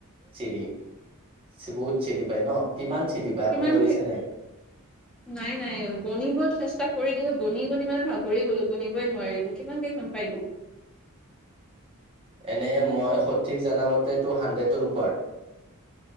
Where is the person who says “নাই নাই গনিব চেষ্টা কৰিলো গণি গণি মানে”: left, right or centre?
Centre